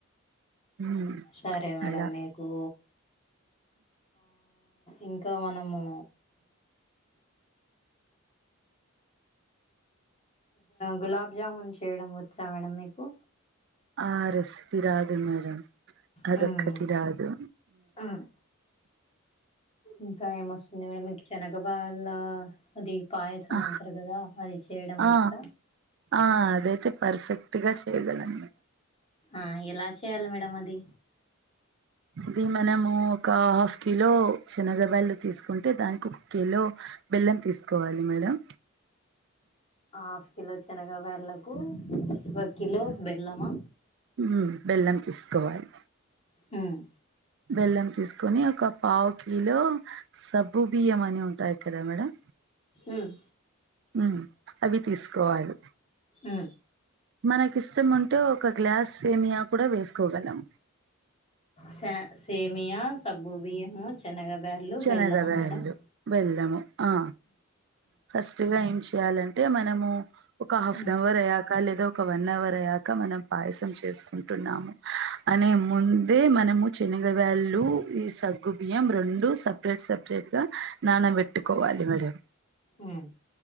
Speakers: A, on the right (about 55°); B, on the left (about 30°).
A: ఉమ్
B: సరే మేడంమ్
A: అలా
B: మీకు ఇంకా మనము గులాబ్ జామున్ చేయడం వచ్చా మేడంమ్ మీకు
A: ఆ రెసిపీ రాదు మేడం అదొక్కటి
B: హ్మ్
A: రాదు
B: హ్మ్ ఇంకా ఏమొస్తుంది మేడం ఇంక చెనగ బాల్ల అది పాయసం
A: ఆ
B: అంటారు కదా అది చేయడం
A: ఆ
B: వచ్చా
A: ఆ అదైతే పర్ఫెక్ట్ గా చేయగలను మే
B: ఆ ఎలా చేయాలి మేడం అది
A: ఇది మనము ఒక హాఫ్ కిలో శనగబ్యాల్లు తీసుకుంటే దానికి ఒక కిలో బెల్లం తీసుకోవాలి మేడం
B: ఆఫ్ కిలో చనగ బ్యాల్లకు ఒక కిలో బెల్లమా
A: మ్మ్. బెల్లం తీసుకోవాలి
B: ఉమ్
A: బెల్లం తీసుకుని ఒక పావు కిలో సబ్బు బియ్యం అని ఉంటాయి కదా మేడం
B: ఉమ్
A: ఉమ్ అవి తీసుకోవాలి
B: ఆ
A: మనకిష్టం ఉంటే ఒక గ్లాస్ సేమియా కూడా వేసుకోగలం
B: స సేమయా సబ్బుబియ్యము చెనగ బ్యాల్లు
A: శనగ
B: బెళ్ళమా
A: బెల్లు
B: మేడమ్
A: బెల్లము ఆ ఫస్ట్గా ఏం చెయాలంటే మనము ఒక హాఫ్
B: ఉమ్
A: అన్ అవర్ లేదా ఒక వన్ అవర్ అయ్యాక మనం పాయసం చేసుకుంటున్నాము అనే ముందే మన నము చనగబాళ్ళు ఈ సగ్గు బియ్యం రెండు సపరేట్ సపరేట్ గా నానబెట్టుకోవాలి మేడం
B: ఉమ్